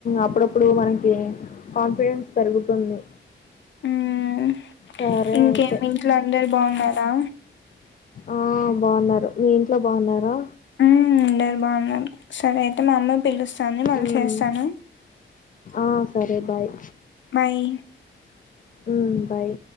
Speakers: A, on the left (about 40°); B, on the left (about 65°).
A: అప్పుడప్పుడు మనక్ కాన్ఫిడెన్స్ పెరుగుతుంది
B: మ్మ్.
A: సరే
B: ఇంకేం
A: అయితే
B: ఇంట్లో అందరు బాగున్నారా
A: ఆ బాగున్నారు మీ ఇంట్లో బాగున్నారా
B: మ్ అందరు బాగున్నారు సరే అయితే మా అమ్మ పిలుస్తంది మళ్ళీ
A: మ్మ్
B: చేస్తాను
A: ఆ సరే బాయ్
B: బాయ్
A: ఉమ్ బాయ్